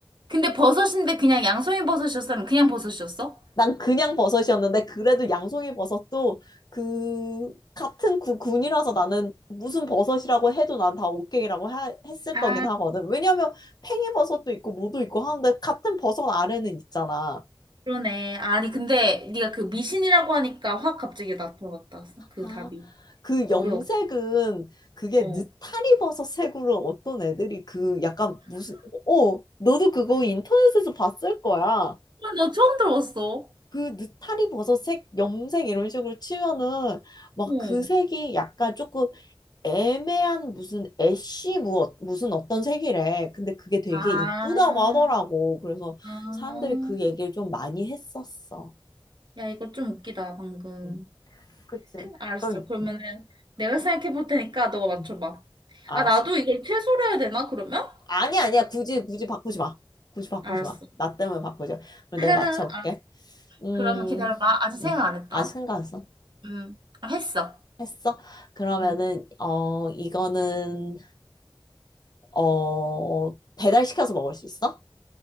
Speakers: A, on the right (about 60°); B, on the left (about 50°).
A: 근데 버섯인데 그냥 양송이 버섯이었으면 그냥 버섯이었어?
B: 난 그냥 버섯이었는데 그래도 양송이 버섯도 그 같은 구, 군이라서 나는 무슨 버섯이라고 해도 난 다 오케이라고 하- 했을
A: 아,
B: 거긴 하거든. 왜냐면 팽이 버섯도 있고 뭐도 있고 하는데 같은 버섯 아래는 있잖아.
A: 그러네. 아니, 근데 네가 그 미신이라고 하니까 확 갑자기 나타났다. 그
B: 아,
A: 답이.
B: 그 염색은
A: 어려웠다.
B: 그게
A: 어.
B: 느타리 버섯 색으로 어떤 애들이 그 약간 무슨 어 너도 그거 인터넷에서 봤을 거야.
A: 아, 나 처음 들어봤어.
B: 그 느타리 버섯 색 염색 이런 식으로 치면은 막
A: 어.
B: 그 색이 약간 조금 애매한 무슨 애쉬 무, 무슨 어떤 색이래. 근데 그게 되게
A: 아,
B: 이쁘다고 하더라고. 그래서
A: 아.
B: 사람들이 그 얘기를 좀 많이 했었어.
A: 야, 이거 좀 웃기다, 방금.
B: 응, 그치.
A: 알았어.
B: 그럼,
A: 그러면은 내가 생각해 볼 테니까 너가
B: 응,
A: 맞춰봐.
B: 알았어.
A: 아, 나도 이걸 최소로 해야 되나, 그러면?
B: 아니, 야 아니야. 굳이, 굳이 바꾸지 마. 굳이 바꾸지
A: 알았어.
B: 마. 나 때문에 바꾸지 마. 그럼
A: <laughs>
B: 내가 맞춰볼게.
A: 아,
B: 음,
A: 그러면 기다려봐. 아직 생각
B: 음.
A: 안 했다.
B: 아직 생각 안 했어?
A: 음, 아, 했어.
B: 했어? 그러면은,
A: 음.
B: 어, 이거는, 어, 배달시켜서 먹을 수 있어?